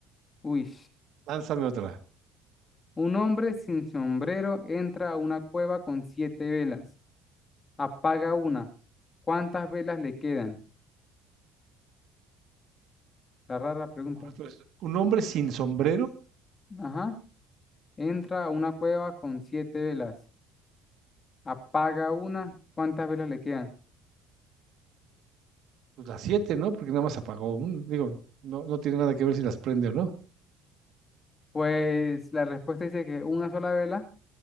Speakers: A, on the left (about 25°); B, on the right (about 60°).
A: Uy,
B: lánzame otra.
A: un hombre sin sombrero entra a una cueva con siete velas, apaga una. ¿Cuántas velas le quedan? Está rara la pregunta.
B: Ahora tú eres Un hombre sin sombrero,
A: Ajá. Entra a una cueva con siete velas, apaga una. ¿Cuántas velas le quedan?
B: pues las siete, ¿no? Porque nada más apagó un. Digo, no, no tiene nada que ver si las prende o no.
A: Pues la respuesta dice que una sola vela